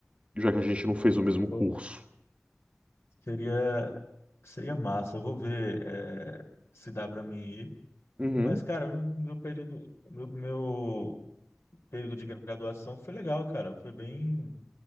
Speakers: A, on the right; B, on the left.
A: já que a gente não fez o mesmo
B: Pô,
A: curso.
B: seria, seria massa. Eu vou ver, é, se dá para mim ir.
A: Uhum.
B: Mas, cara, meu, meu período, meu, meu período de graduação foi legal, cara. Foi bem